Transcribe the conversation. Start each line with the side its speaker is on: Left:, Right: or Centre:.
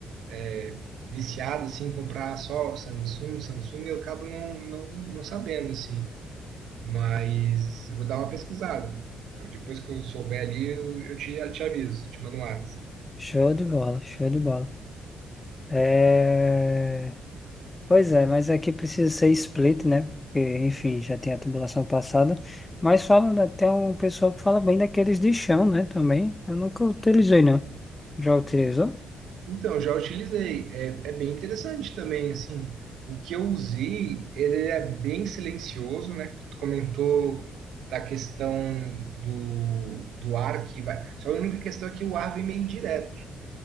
Right: é, viciado, assim, em comprar só Samsung, Samsung, eu acabo não, não, não sabendo, assim. Mas vou dar uma pesquisada. Depois que eu souber ali, eu, eu te, te aviso, te mando um WhatsApp.
Left: Show de bola, show de bola. É... Pois é, mas aqui precisa ser split, né? Porque, enfim, já tem a tubulação passada. Mas fala, né, tem um pessoal que fala bem daqueles de chão, né? Também. Eu nunca utilizei, não. Já utilizou?
Right: Então, eu já utilizei. É, é bem interessante também, assim. O que eu usei, ele é bem silencioso, né? Tu comentou da questão do, do ar que vai. Só a única questão é que o ar vem meio direto.